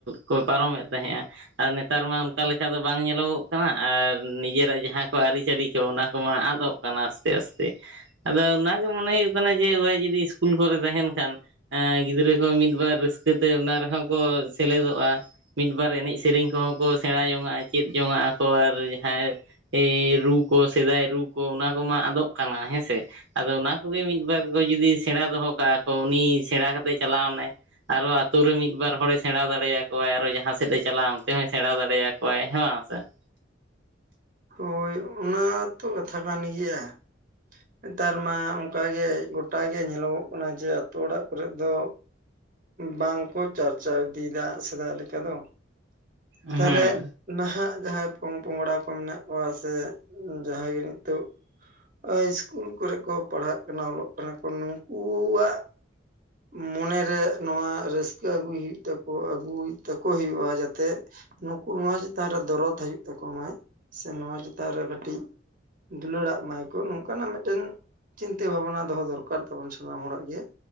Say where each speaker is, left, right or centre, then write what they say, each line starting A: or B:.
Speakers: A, on the right (about 65°); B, on the right (about 45°).
A: ᱠᱚ ᱯᱟᱨᱚᱢᱮᱫ ᱛᱟᱦᱮᱸᱜᱼᱟ ᱾ ᱟᱨ ᱱᱮᱛᱟᱨ ᱢᱟ ᱚᱱᱠᱟ ᱞᱮᱠᱟ ᱫᱚ ᱵᱟᱝ ᱧᱮᱞᱚᱜᱚᱜ ᱠᱟᱱᱟ ᱟᱨ ᱱᱤᱡᱮᱨᱟᱜ ᱡᱟᱦᱟᱸ ᱠᱚ ᱟᱹᱨᱤ ᱪᱟᱹᱞᱤ ᱠᱚ ᱚᱱᱟ ᱠᱚᱢᱟ ᱟᱫᱚᱜ ᱠᱟᱱᱟ ᱟᱥᱛᱮᱼᱟᱥᱛᱮ ᱟᱫᱚ ᱚᱱᱟᱜᱮ ᱢᱚᱱᱮ ᱦᱩᱭᱩᱜ ᱠᱟᱱᱟ ᱡᱮ ᱱᱚᱜᱼᱚᱭ ᱡᱩᱫᱤ ᱤᱥᱠᱩᱞ ᱠᱚᱨᱮ ᱛᱟᱦᱮᱱ ᱠᱷᱟᱱ ᱮᱸᱻ ᱜᱤᱫᱽᱨᱟᱹ ᱠᱚ ᱢᱤᱫ ᱵᱟᱨ ᱨᱟᱹᱥᱠᱟᱹ ᱛᱮ ᱚᱱᱟ ᱨᱮᱦᱚᱸ ᱠᱚ ᱥᱮᱞᱮᱫᱚᱜᱼᱟ ᱾ ᱢᱤᱫ ᱵᱟᱨ ᱮᱱᱮᱡ ᱥᱮᱨᱮᱧ ᱠᱚᱦᱚᱸ ᱠᱚ ᱥᱮᱬᱟ ᱡᱚᱝᱼᱟ, ᱪᱮᱫ ᱡᱚᱝ ᱟᱠᱚ ᱟᱨ ᱡᱟᱦᱟᱸᱭ ᱮᱻ ᱨᱩ ᱠᱚ ᱥᱮᱫᱟᱭ ᱨᱩ ᱠᱚ ᱚᱱᱟ ᱠᱚᱢᱟ ᱟᱫᱚᱜ ᱠᱟᱱᱟ ᱦᱮᱸᱥᱮ ᱾ ᱟᱫᱚ ᱚᱱᱟ ᱠᱚᱜᱮ ᱢᱤᱫᱵᱟᱨ ᱠᱚ ᱡᱩᱫᱤ ᱥᱮᱬᱟ ᱫᱚᱦᱚ ᱠᱟᱜᱼᱟ ᱠᱚ ᱩᱱᱤ ᱥᱮᱬᱟ ᱠᱟᱛᱮᱜ ᱪᱟᱞᱟᱣᱮᱱᱟᱭ ᱾ ᱟᱨᱦᱚᱸ ᱟᱹᱛᱩ ᱨᱮ ᱢᱤᱫ ᱵᱟᱨ ᱦᱚᱲᱮ ᱥᱮᱬᱟ ᱫᱟᱲᱮᱭᱟᱠᱚᱣᱟᱭ ᱟᱨᱦᱚᱸ ᱡᱟᱦᱟᱸ ᱥᱮᱫᱼ ᱮ ᱪᱟᱞᱟᱜᱼᱟ ᱚᱱᱛᱮ ᱦᱚᱸᱭ ᱥᱮᱬᱟ ᱫᱟᱲᱮᱭᱟᱠᱚᱣᱟᱭ ᱦᱮᱸ ᱵᱟᱝ ᱥᱮ ᱾
B: ᱦᱚᱭ ᱚᱱᱟ ᱛᱚ ᱠᱟᱛᱷᱟ ᱠᱟᱱ ᱜᱮᱭᱟ ᱾ ᱱᱮᱛᱟᱨ ᱢᱟ ᱚᱱᱠᱟ ᱜᱮ ᱜᱚᱴᱟ ᱜᱮ ᱧᱮᱞᱚᱜᱚᱜ ᱠᱟᱱᱟ ᱡᱮ ᱟᱹᱛᱳ ᱚᱲᱟᱜ ᱠᱚᱨᱮᱫ ᱫᱚ ᱵᱟᱝᱠᱚ ᱪᱟᱨᱪᱟᱣ ᱤᱫᱤᱭᱮᱫᱟ ᱥᱮᱫᱟᱭ ᱞᱮᱠᱟ ᱫᱚ
A: ᱦᱩᱸ
B: ᱛᱟᱦᱞᱮ ᱾ ᱱᱟᱦᱟᱜ ᱡᱟᱦᱟᱸᱭ ᱯᱚᱝ ᱯᱚᱝᱲᱟ ᱠᱚ ᱢᱮᱱᱟᱜ ᱠᱚᱣᱟ ᱥᱮ ᱡᱟᱦᱟᱸᱭ ᱜᱮ ᱱᱤᱛᱚᱜ ᱤᱥᱠᱩᱞ ᱠᱚᱨᱮ ᱠᱚ ᱯᱟᱲᱦᱟᱜ ᱠᱟᱱᱟ ᱚᱞᱚᱜ ᱠᱟᱱᱟ ᱠᱚ ᱱᱩᱠᱩᱣᱟᱜ ᱢᱚᱱᱮ ᱨᱮ ᱱᱚᱣᱟ ᱨᱟᱹᱥᱠᱟᱹ ᱟᱹᱜᱩᱭ ᱦᱩᱭᱩᱜ ᱛᱟᱠᱚ ᱟᱹᱜᱩᱭ ᱛᱟᱠᱚ ᱦᱩᱭᱩᱜᱼᱟ ᱡᱟᱛᱮ ᱱᱩᱠᱩ ᱱᱚᱣᱟ ᱪᱮᱛᱟᱱᱨᱮ ᱫᱚᱨᱚᱫ ᱦᱤᱡᱩᱜ ᱛᱟᱠᱚ ᱢᱟᱭ ᱥᱮ ᱱᱚᱣᱟ ᱪᱮᱛᱟᱱ ᱨᱮ ᱠᱟᱹᱴᱤᱡᱼᱼ ᱫᱩᱞᱟᱹᱲᱟᱜ ᱢᱟᱭ ᱠᱚ ᱱᱚᱝᱠᱟᱱᱟᱜ ᱢᱤᱫᱴᱮᱱ ᱪᱤᱱᱛᱟᱹ ᱵᱷᱟᱵᱱᱟ ᱫᱚᱦᱚ ᱫᱚᱨᱠᱟᱨ ᱛᱟᱵᱚᱱ ᱥᱟᱱᱟᱢ ᱦᱚᱲᱟᱜ ᱜᱮ᱾